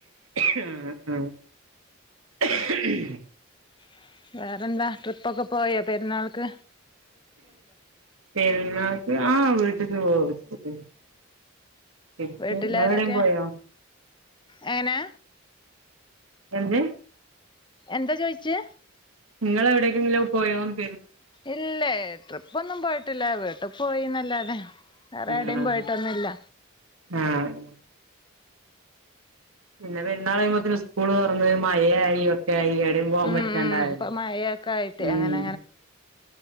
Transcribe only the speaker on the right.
മ് <inaudible>
പെരുന്നാക്ക് ആ വീട്ട് <unintelligible> നിങ്ങൾ
എവിടെയും പോയോ
എന്ത്
നിങ്ങൾ എവിടേക്കെങ്കിലും പോയോന്ന്‌
ആഹ്
ആഹ് പിന്നെ പെുന്നാള്കഴീമ്പോതേന് സ്കൂള് തുറന്നു മഴയായി ടയായി എവടേം പോവാൻ
പറ്റണ്ടായല്ലോ
ഉം